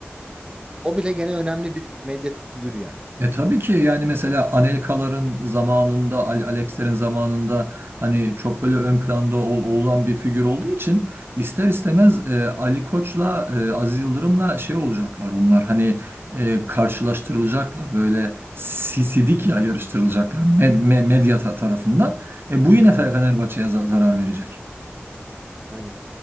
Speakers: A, on the right (about 25°); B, on the right (about 55°).
A: O bile gene önemli bir medyatik figür yani.
B: E tabii ki yani mesela Anelka'ların zamanında,
A: Hı
B: Al Alex'lerin
A: hı.
B: zamanında hani çok böyle ön planda ol- olan bir figür olduğu için ister istemez e, Ali Koç'la e, Aziz Yıldırım'la şey olacaklar onlar hani e, karşılaştırılacaklar böyle sisidik
A: Hı hı.
B: ya yarıştırılacaklar med- me- medya ta- tarafından. E, bu yine Fe-
A: Evet.
B: Fenerbahçe'ye za- zarar verecek.
A: Aynen.